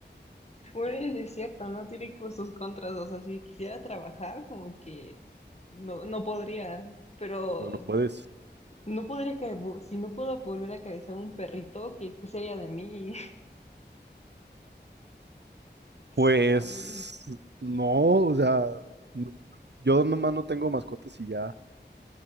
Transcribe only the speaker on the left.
Bueno, es cierto, ¿no? Tiene como sus contras, o sea, si quisiera trabajar, como que no, no podría, pero
no podría, ca- si no puedo volver a acariciar a un perrito, ¿qué, qué sería de mí? <laughs>
¿Sabe?